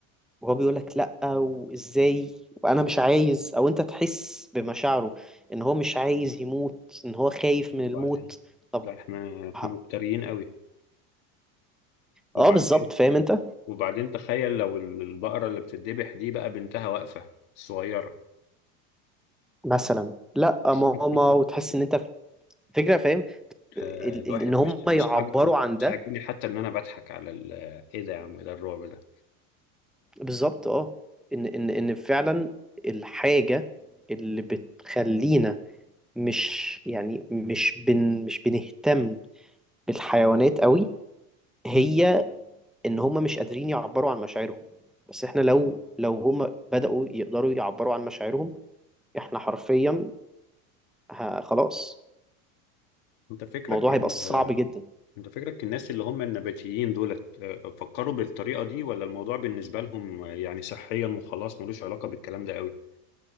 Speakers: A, in the centre; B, on the left (about 60°).
A: وهو بيقول لك لا وازاي وانا مش عايز او انت تحس بمشاعره ان هو مش عايز يموت ان هو خايف من
B: وبعدين
A: الموت طب
B: لا احنا احنا
A: ه-
B: مفتريين قوي وبعدين
A: اه بالظبط فاهم انت
B: وبعدين تخيل لو ال- البقرة اللي بتتذبح دي بقى بنتها واقفة الصغيرة
A: مثلا لا ماما
B: <laughs>
A: وتحس ان انت فكرة فاهم ال...
B: آه، الواحد
A: ال... ان هم
B: مش مش
A: يعبروا
B: عاجبه
A: عن
B: مش
A: ده
B: عاجبني حتى ان انا بضحك على ال- ايه ده يا عم ده الرعب ده
A: بالظبط اه ان ان ان فعلا الحاجة اللي بتخلينا مش يعني مش بن مش بنهتم بالحيوانات قوي هي
B: مم.
A: ان هم مش قادرين يعبروا عن مشاعرهم بس احنا لو لو هم بدأوا يقدروا يعبروا عن مشاعرهم احنا حرفيا ه- خلاص
B: انت فكرك
A: الموضوع
B: ال-
A: هيبقى صعب جدا
B: انت فكرك الناس اللي هم النباتيين دولت آه، فكروا بالطريقة دي ولا الموضوع بالنسبة لهم آه، يعني صحيا وخلاص ملوش علاقة بالكلام ده قوي